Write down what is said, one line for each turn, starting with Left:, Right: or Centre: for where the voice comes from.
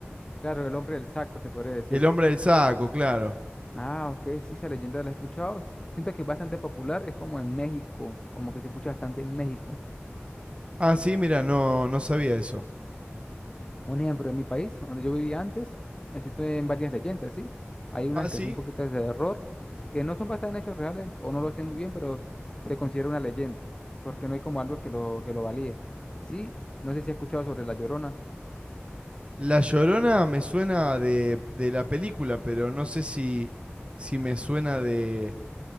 Left: Claro, el hombre del saco, se podría decir.
Right: El hombre del saco, claro.
Left: Ah, ok. Sí, esa leyenda la he escuchado. S- Siento que es bastante popular. Es como en México, como que se escucha bastante en México.
Right: Ah, sí, mira, no, no sabía eso.
Left: Un ejemplo, en mi país, donde yo vivía antes, existen varias leyendas, ¿sí? Hay unas
Right: Ah, sí.
Left: que son un poquito de error, que no son basadas en hechos reales o no lo sé muy bien, pero se considera una leyenda, porque no hay como algo que lo, que lo valide. Sí, no sé si has escuchado sobre La Llorona.
Right: La Llorona me suena de, de la película, pero no sé si, si me suena de,